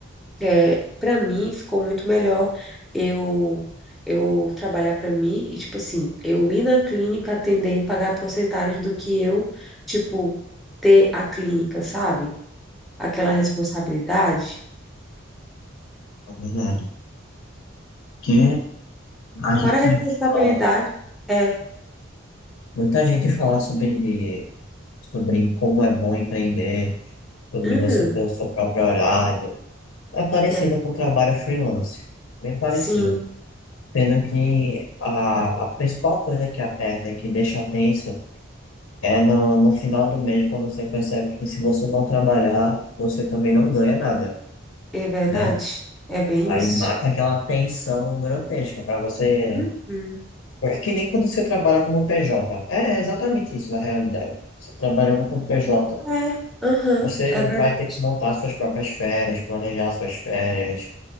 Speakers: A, in the centre; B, on the left (about 85°).
A: É, para mim ficou muito melhor eu eu trabalhar para mim e tipo assim, eu ir na clínica atender e pagar a porcentagem do que eu, tipo, ter a clínica, sabe? Aquela responsabilidade.
B: na verdade. Que a gente
A: Fora a responsabilidade,
B: fala,
A: é,
B: muita gente fala sobre, sobre como é bom empreender, sobre
A: uhum,
B: você ter o seu próprio horário. É parecido
A: é,
B: com o trabalho freelance, bem parecido.
A: sim,
B: Sendo que a, a principal coisa que aperta, que deixa tenso, É no, no final do mês quando você percebe que se você não trabalhar, você também não ganha nada,
A: é verdade.
B: né?
A: É bem
B: Aí
A: isso.
B: bate aquela tensão grotesca para você.
A: Uhum.
B: É que nem quando você trabalha como PJ. É é exatamente isso na realidade. Você trabalhando como PJ,
A: É, aham,
B: você
A: é verdade.
B: vai ter que montar suas próprias férias, planejar suas férias,